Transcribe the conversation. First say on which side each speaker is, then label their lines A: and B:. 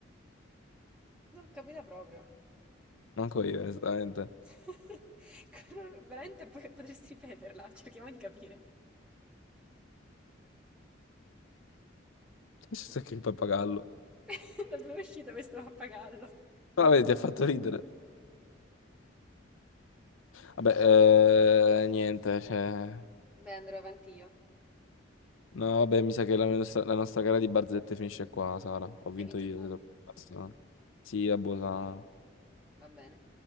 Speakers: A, in the centre; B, on the left (about 85°).
A: Non l'ho capita proprio.
B: Manco io, onestamente.
A: <laughs> Con- Veramente po- potresti ripeterla, cerchiamo di capire.
B: Che c'è che il pappagallo?
A: <laughs> Da dove è uscita questo pappagallo?
B: Però vedi, ti ha fatto ridere. Vabbè, eh, niente, cioè...
A: Beh, andrò avanti io.
B: No, vabbè, mi sa che la nostra, la nostra gara di barzette finisce qua, Sara. Ho vinto
A: Hai vinto
B: io.
A: tu?
B: se te lo- Sì, vabbè, Sara.
A: Va bene.